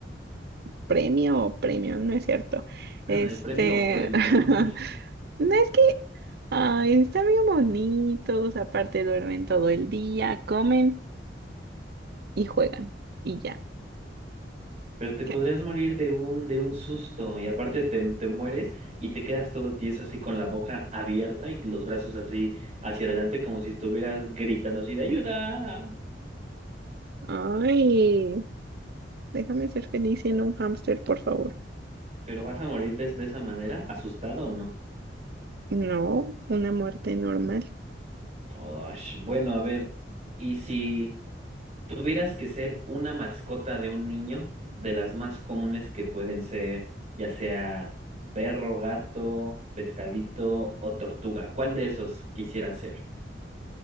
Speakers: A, on the right; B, on the right.
A: premio o premio, no es cierto.
B: <laughs>
A: Este,
B: ¿Premio o premio?
A: <laughs>
B: <laughs>
A: no es que, ay, están bien bonitos, aparte duermen todo el día, comen y juegan, y ya.
B: Pero te podrías
A: ¿Qué?
B: morir de un, de un susto y aparte te, te mueres y te quedas todo tieso así con la boca abierta y los brazos así hacia adelante como si estuvieras gritando así de ayuda.
A: Ay. Déjame ser feliz siendo un hámster, por favor.
B: Pero vas a morir de, de esa manera, asustado o no.
A: No, una muerte normal.
B: Osh, bueno, a ver, ¿y si tuvieras que ser una mascota de un niño, de las más comunes que pueden ser, ya sea perro, gato, pescadito o tortuga, ¿cuál de esos quisieras ser?